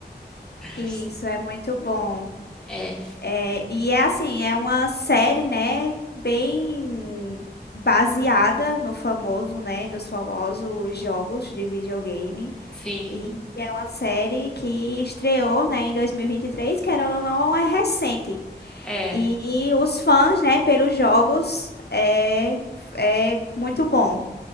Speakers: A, in the centre; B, on the left.
A: <laughs>
B: Isso é muito bom.
A: É,
B: É, e é assim, é uma série, né, bem baseada no famoso, né, dos famosos jogos de videogame.
A: sim.
B: E é uma série que estreou, né, em 2023, que era ou não, é recente.
A: É,
B: E os fãs, né, pelos jogos é, é muito bom.